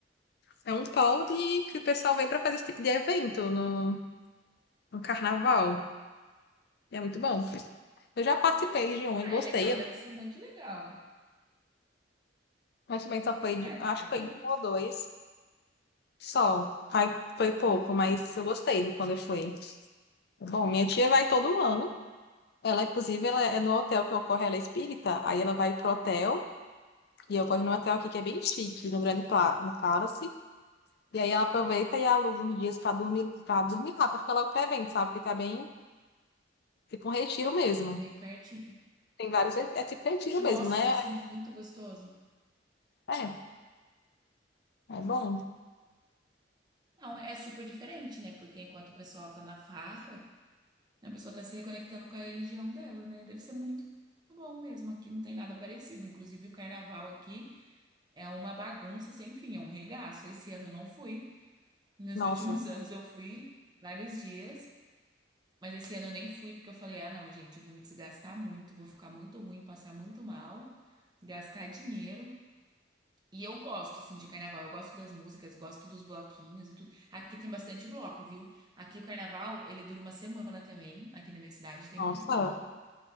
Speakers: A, on the left; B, on the right.
A: é um polo de, que o pessoal vem para fazer esse tipo de evento no, no carnaval. E é muito bom. Eu já participei de um
B: Ah,
A: e gostei.
B: é legal, deve ser muito legal.
A: Mas também só foi, de-
B: É
A: acho
B: diferente.
A: que foi um ou dois só. Aí foi pouco,
B: Uhum.
A: mas eu gostei do quando eu fui. Bom, minha tia vai todo ano. Ela, inclusive, ela é no hotel que ocorre, ela é espírita. Aí ela vai pro hotel, e ocorre no hotel aqui que é bem chique, no Grande Pla- no Palace. E aí ela aproveita e aluga uns dias pra dormir, para dormir lá, pra ficar logo pro evento, sabe? Fica bem, tipo um retiro mesmo.
B: Bem pertinho.
A: Tem vários, é, é tipo retiro
B: Nossa,
A: mesmo, né?
B: deve ser muito gostoso.
A: É, é bom.
B: Não, é super diferente, né? Porque enquanto o pessoal tá na farra, a pessoa tá se reconectando com a religião dela, né? Deve ser muito bom mesmo. Aqui não tem nada parecido. Inclusive, o carnaval aqui é uma bagunça sem fim, é um regaço. Esse ano eu não fui. Nos
A: Nossa,
B: últimos <laughs> anos eu fui vários dias. Mas esse ano eu nem fui porque eu falei: ah, não, gente, eu vou me desgastar muito, vou ficar muito ruim, passar muito mal, gastar dinheiro. E eu gosto, assim, de carnaval. Eu gosto das músicas, gosto dos bloquinhos e tudo. Aqui tem bastante bloco, viu? Aqui o carnaval, ele dura uma semana também. Aqui na minha cidade tem
A: nossa,
B: muito bloco,